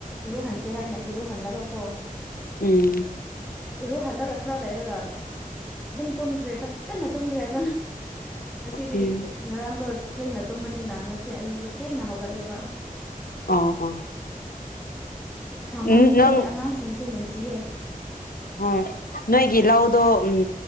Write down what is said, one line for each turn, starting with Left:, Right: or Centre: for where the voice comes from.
Centre: ꯏꯔꯨꯍꯟꯁꯦ ꯍꯥꯏꯅ ꯏꯔꯨꯍꯜꯂꯒ ꯀꯣ
Left: ꯎꯝ
Centre: ꯏꯔꯣꯍꯜꯂꯒ ꯈꯔ ꯂꯩꯔꯒ ꯑꯗꯨꯝ ꯇꯨꯝꯈ꯭ꯔꯦ ꯐꯖꯅ ꯇꯨꯝꯈ꯭ꯔꯦ ꯑꯗꯨꯅ ꯉꯁꯤꯗꯤ
Left: ꯎꯝ
Centre: ꯉꯔꯥꯡꯗꯣ ꯊꯦꯡꯅ ꯇꯨꯝꯕꯅꯤꯅ ꯉꯁꯤ ꯑꯌꯨꯛꯇꯣ ꯊꯦꯡꯅ ꯍꯧꯒꯠꯂꯦꯕ
Left: ꯑ ꯑꯥ
Centre: ꯁꯥꯃꯟꯕꯒꯤ
Left: ꯎꯝ ꯅꯪ
Centre: ꯑꯉꯥꯡꯁꯤꯡꯁꯨ ꯅꯨꯡꯁꯤꯌꯦ
Left: ꯍꯣꯏ ꯅꯣꯏꯒꯤ ꯂꯗꯣ ꯎꯝ